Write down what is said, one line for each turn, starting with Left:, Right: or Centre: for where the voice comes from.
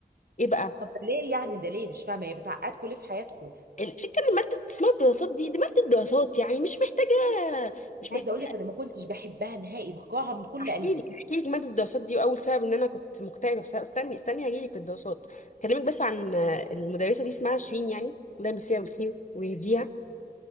Left: ايه بقى
Right: طب ده ليه يعني ده ليه مش فاهمه هي بتعقدكم ليه في حياتكم
Left: الفكره ان ماده اسمها الدراسات دي دي ماده دراسات يعني مش محتاجه مش محتاجه
Right: عايزه اقول لك انا ما كنتش بحبها نهائي بكرهها من كل
Left: احكي
Right: قلبي
Left: لك احكي لك ماده الدراسات دي واول سبب ان انا كنت مكتئبه بسبب استني استني هجي لك في الدراسات اكلمك بس عن آه، المدرسه دي اسمها شيرين يعني الله يمسيها بالخير ويهديها